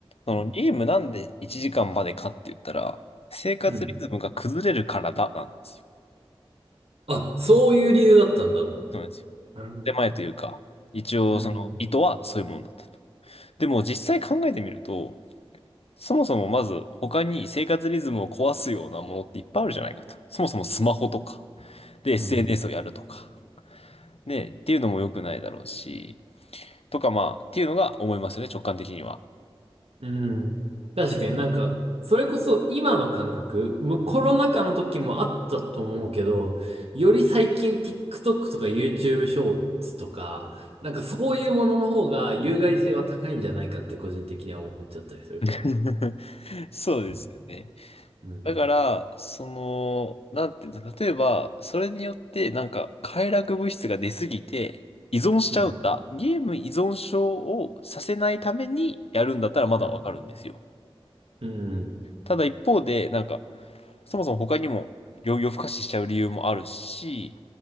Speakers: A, on the left; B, on the right.
A: そのゲームなんで1時間までかって言ったら、
B: うん。
A: 生活リズムが崩れるからだ、
B: うん。
A: なんですよ。
B: あ、そういう理由だったんだ。
A: そうなんですよ。
B: なるほどね。
A: 手前というか、一応その意図はそういうもんだったと。
B: うん。
A: でも実際考えてみると、そもそもまず他に生活リズムを壊すようなものっていっぱいあるじゃないかと。そもそもスマホとか。で、SNS
B: うん
A: をやるとか。ね、っていうのも良くないだろうし、とかまあ、っていうのが思いますよね、直感的には。
B: うん。確かになんか、それこそ今の感覚、むコロナ禍の時もあったと思うけど、より最近 TikTok とか YouTube ショーツとか、なんかそういうものの方が有害性は高いんじゃないかって個人的には思っちゃったりするかもね。
A: <laughs> そうですよね。
B: うん、うん、
A: だから、その、なんていうの、例えば、それによって、なんか、快楽物質が出すぎて、依存しちゃうんだ。
B: うん、
A: ゲーム依存症をさせないためにやるんだったらまだわかるんですよ。
B: うん、うん、
A: ただ一方で、なんか、そもそも他にも、病気を不可視しちゃう理由もあるし、